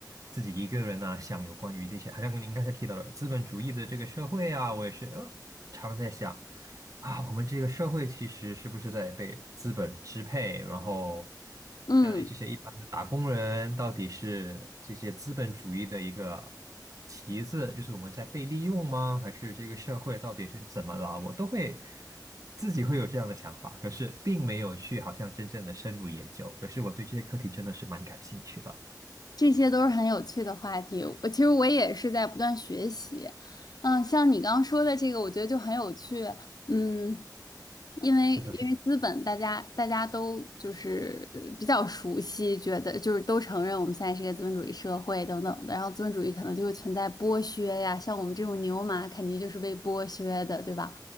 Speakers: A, on the right; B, on the left.
A: 自己一个人呢、想有关于这些，好像您刚才提到了资本主义的这个社会啊，我也是呃常在想。啊，我们这个社会其实是不是在被资本支配？然后，
B: 嗯。
A: 嗯，这些一般的打工人到底是这些资本主义的一个旗子，就是我们在被利用吗？还是这个社会到底是怎么了？我都会自己会有这样的想法，可是并没有去好像真正的深入研究。可是我对这些课题真的是蛮感兴趣的。
B: 这些都是很有趣的话题。我其实我也是在不断学习，嗯，像你刚刚说的这个，我觉得就很有趣。嗯，因为因为资本，
A: 是的，是的，
B: 大家大家都就是呃比较熟悉，觉得就是都承认我们现在是一个资本主义社会等等的，然后资本主义可能就会存在剥削呀，像我们这种牛马肯定就是被剥削的，对吧？